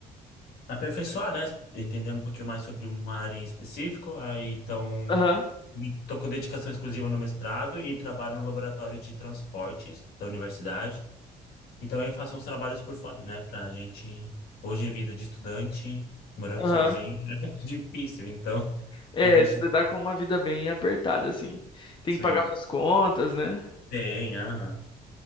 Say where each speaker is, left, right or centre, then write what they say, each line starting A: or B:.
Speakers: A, on the left; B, on the left.
A: aperfeiçoar, né? Entender um pouquinho mais sobre uma área em específico. Aí então
B: Aham.
A: estou com dedicação exclusiva no mestrado e trabalho no laboratório de transportes da universidade. E também faço uns trabalhos por fora, né? Pra gente. Hoje, é vida de estudante, morando
B: Aham.
A: sozinho, <laughs> é difícil. Então,
B: É,
A: a gente.
B: você tá com uma vida bem apertada, assim. Tem
A: Sim.
B: que pagar suas contas, né?
A: Tem, aham.